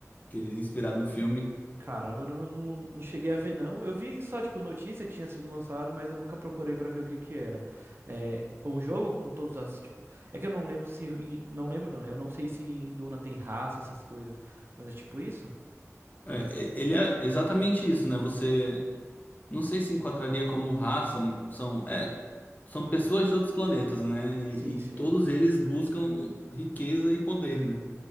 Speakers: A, on the left; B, on the right.
A: que ele é inspirado no filme.
B: Caramba, eu não, não, não cheguei a ver, não. Eu vi só, tipo, notícia que tinha sido lançado, mas eu nunca procurei pra ver o que que era. É um jogo com todas as, tipo... É que eu não lembro se... em- Não lembro, não. né? Eu não sei se em Duna tem raça, essas coisas. Mas é tipo isso?
A: É, é- ele é exatamente isso, né? Você Não sei se enquadraria como raça, são, é, são pessoas de outros planetas, né? E,
B: Sim,
A: e
B: sim.
A: todos eles buscam riqueza e poder, né?